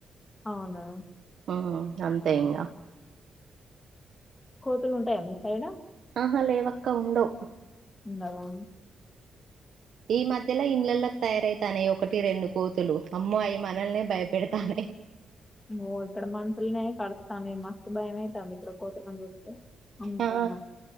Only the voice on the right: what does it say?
హ్మ్ అంతే ఇంక
ఆహా లేవక్క ఉండవ్
ఈ మధ్యలో ఇండ్లల్లో తయారైతానాయి ఒకటి రెండు కోతులు అమ్మో అయి మనల్నే భయపెడతానాయి
ఆ